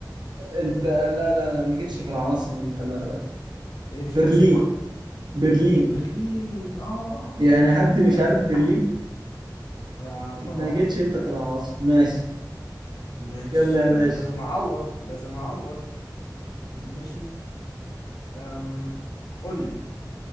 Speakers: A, on the right; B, on the left.
A: إيه؟ انت لا لا لا ما جيتش في العواصم انت ما ما-
B: ايه مش
A: برلين
B: لوكسمبورج
A: برلين
B: برلين اه
A: يعني
B: يا نهار
A: حد مش
B: ازرق
A: عارف برلين
B: اتلخبطت
A: ما جيتش انت في العواصم ماشي
B: مش
A: يلا يا باشا
B: ما انا لازم اعوض لازم اعوض ماشي أم... قول لي